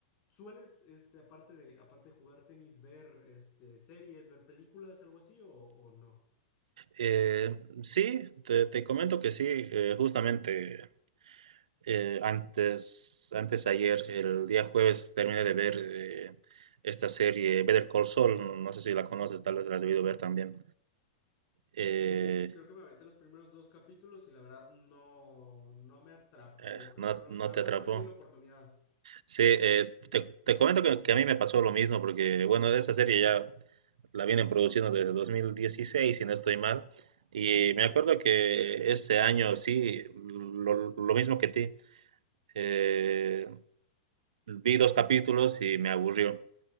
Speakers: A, on the left; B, on the right.
A: ¿Sueles, este, aparte de, aparte de jugar tenis, ver, este, series, ver películas, algo así, o, o no?
B: Eh, sí, te, te comento que sí, eh, justamente eh, antes, antes ayer, el día jueves, terminé de ver eh, esta serie Better Call Saul, no, no sé si la conoces, tal vez la has debido ver también. Eh,
A: Eh, vi- creo que me aventé los primeros dos capítulos y la verdad no, no me atrapó,
B: eh,
A: creo
B: no,
A: que no,
B: no
A: la
B: te
A: verdad
B: atrapó.
A: no le di la oportunidad.
B: Sí, eh, te, te comento que, que a mí me pasó lo mismo, porque bueno, esa serie ya la vienen produciendo desde 2016, si no estoy mal. Y me acuerdo que ese año, sí, lo, lo mismo que ti, eh, vi dos capítulos y me aburrió.